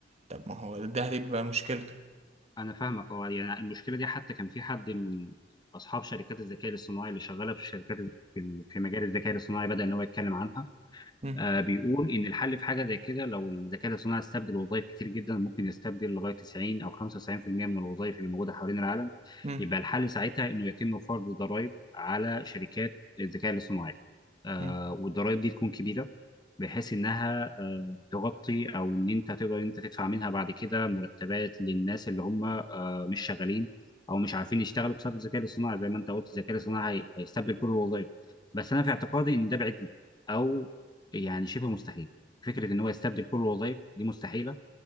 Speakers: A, on the right; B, on the left.
A: طب ما هو ده هتبقى مشكلة
B: انا فاهمك اه يعني المشكله دي حتى كان في حد من اصحاب شركات الذكاء الاصطناعي اللي شغاله في الشركات في في مجال الذكاء الاصطناعي بدا ان هو يتكلم عنها
A: مم،
B: آه، بيقول إن الحل في حاجة زي كده لو الذكاء الاصطناعي استبدل وظائف كتير جدا ممكن يستبدل لغاية 90 أو 95% من الوظائف اللي موجودة حوالين العالم
A: مم،
B: يبقى الحل ساعتها إنه يتم فرض ضرائب على شركات الذكاء الاصطناعي آه،
A: مم.
B: والضرائب دي تكون كبيرة بحيث انها آه، تغطي او ان انت تقدر انت تدفع منها بعد كده مرتبات للناس اللي هم آه، مش شغالين او مش عارفين يشتغلوا بسبب الذكاء الاصطناعي زي ما انت قلت الذكاء الاصطناعي هي- هيستبدل كل الوظائف بس انا في اعتقادي ان ده بعيد جدا او يعني شبه مستحيل فكره ان هو يستبدل كل الوظائف دي مستحيله